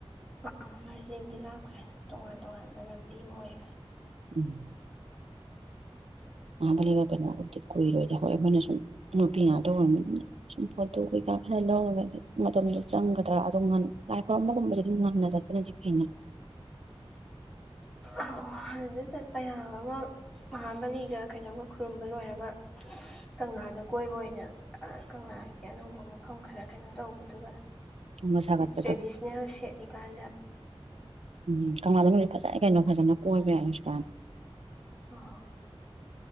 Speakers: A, in the centre; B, on the right.
A: ꯑ ꯃꯥꯔꯖꯤꯡꯗꯤ ꯂꯥꯛꯈ꯭ꯔꯦ ꯇꯣꯉꯥꯟ ꯇꯣꯉꯥꯟꯕ ꯂꯝꯕꯤ ꯑꯃ ꯑꯣꯏꯈꯦ
B: ꯎꯝ ꯃꯥꯕ ꯂꯩꯒ ꯀꯩꯅꯣꯕꯨꯗꯤ ꯀꯨꯏꯔꯣꯏꯗ ꯍꯣꯏ ꯑꯩꯈꯣꯏꯅ ꯁꯨꯝ ꯅꯨꯄꯤ ꯉꯥꯛꯇ ꯑꯣꯏꯔꯅꯤ ꯁꯨꯝ ꯐꯣꯇꯣ ꯀꯩꯀꯥ ꯈꯔ ꯂꯧꯔꯒꯗꯤ ꯃꯇꯝꯗ ꯆꯪꯒꯗ꯭ꯔꯥ ꯑꯗꯨꯝ ꯂꯥꯏ ꯈꯔꯝꯕꯒꯨꯝꯕꯁ ꯑꯗꯨꯝ ꯉꯟꯅ ꯆꯠꯄꯅꯗꯤ ꯍ
A: ꯑꯣ ꯑꯗꯨ ꯆꯠꯄ ꯌꯥ ꯑꯃ ꯃꯍꯥꯕꯂꯤꯒ ꯀꯩꯅꯣꯒ ꯈꯨꯔꯨꯝꯕ ꯂꯣꯏꯔꯒ ꯀꯪꯂꯥꯗ ꯀꯣꯏꯕ ꯑꯣꯏꯅ ꯀꯪꯂꯥꯒꯤ ꯑꯅꯧꯕ ꯃꯐꯝ ꯈꯔ ꯀꯩꯅꯣ ꯇꯧꯕꯗꯨꯒ
B: ꯑꯃ ꯁꯥꯒꯠꯄꯗꯣ
A: ꯇ꯭ꯔꯦꯗꯤꯁꯅꯦꯜ ꯁꯦꯠꯂꯤꯀꯥꯟꯗ
B: ꯎꯝ ꯀꯪꯂꯪꯥꯟꯗꯅ ꯍꯧꯖꯤꯛ ꯐꯖꯅ ꯀꯩꯅꯣ ꯐꯖꯅ ꯀꯣꯏꯕ ꯌꯥꯏ ꯍꯧꯁꯨ ꯀꯥꯏ
A: ꯎꯝ